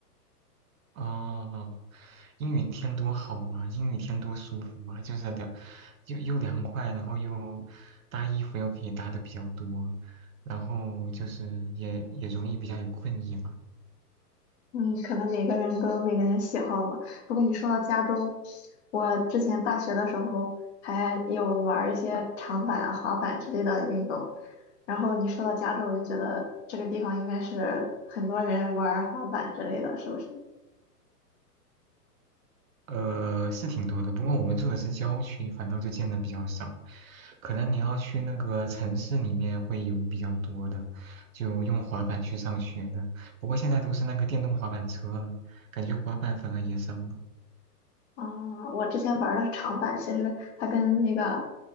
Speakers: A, on the right; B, on the left.
A: 哦，阴雨天多好啊！阴雨天多舒服啊！就是凉，又又凉快，然后又搭衣服又可以搭的比较多，然后就是也也容易比较有困意嘛。
B: 嗯，可能每个人都有每个人喜好吧。不过你说到加州，我之前大学的时候还有玩儿一些长板啊、滑板之类的运动。然后你说到加州，我就觉得这个地方应该是很多人玩儿滑板之类的，是不是？
A: 呃，是挺多的，不过我们住的是郊区，反倒就见的比较少。可能你要去那个城市里面会有比较多的，就用滑板去上学的。不过现在都是那个电动滑板车了，感觉滑板反而也少了。
B: 啊，我之前玩的是长板，其实它跟那个